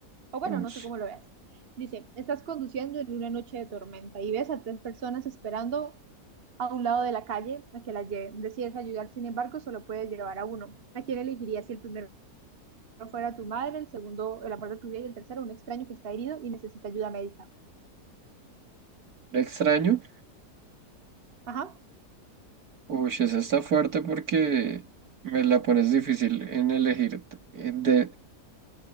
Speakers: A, on the right; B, on the right.
A: O bueno,
B: Uy,
A: no sé cómo lo veas. Dice, estás conduciendo en una noche de tormenta y ves a tres personas esperando a un lado de la calle a que las lleven. Decides ayudar, sin embargo, solo puedes llevar a uno. ¿A quién elegirías si el primero fuera tu madre, el segundo el amor de tu vida y el tercero un extraño que está herido y necesita ayuda médica?
B: ¿la extraño?
A: Ajá.
B: Uy, esa está fuerte porque me la pones difícil en elegir, t- eh, de,